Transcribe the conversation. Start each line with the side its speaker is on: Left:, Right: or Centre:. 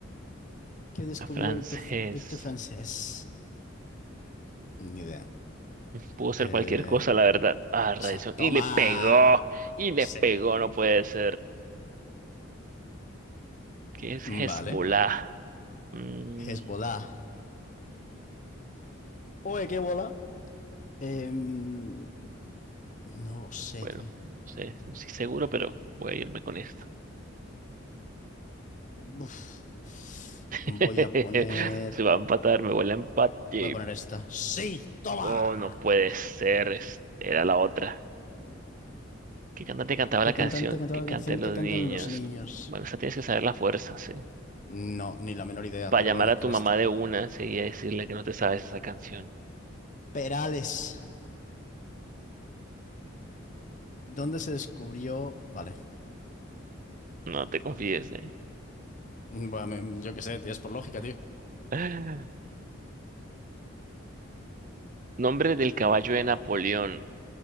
Left: ¿Qué descubrió
Right: <laughs> francés.
Left: Víctor, Fr- Víctor Francés? Ni idea.
Right: Pudo ser
Left: Eh,
Right: cualquier cosa, la verdad. Ah,
Left: esa.
Right: radiación.
Left: Toma.
Right: Y le pegó, y le
Left: Sí.
Right: pegó, no puede ser. ¿Qué es
Left: Vale.
Right: Hezbollah? Mm,
Left: Hezbollah. Oye, ¿qué bola? Em, no lo sé,
Right: bueno,
Left: tío.
Right: no sé, no estoy seguro, pero voy a irme con esto.
Left: Uf.
Right: <laughs>
Left: Voy a poner,
Right: Se va a empatar, me huele a empate.
Left: voy a poner esta. Sí, toma.
Right: Oh, no puede ser. es- Era la otra. ¿Qué cantante cantaba
Left: ¿Qué
Right: la canción
Left: cantante cantaba
Right: que
Left: la
Right: canten
Left: canción que
Right: los
Left: cantan
Right: niños?
Left: los niños?
Right: Bueno, esa tienes que saber la fuerza, sí.
Left: No, ni la menor idea,
Right: Para
Left: pero
Right: llamar
Left: voy a marcar
Right: a tu mamá
Left: esta.
Right: de una, sí, y decirle que no te sabes esa canción.
Left: Perales. ¿Dónde se descubrió? Vale.
Right: No te confíes, eh.
Left: Bueno, me- yo qué sé, tío, es por lógica, tío.
Right: <laughs> Nombre del caballo de Napoleón.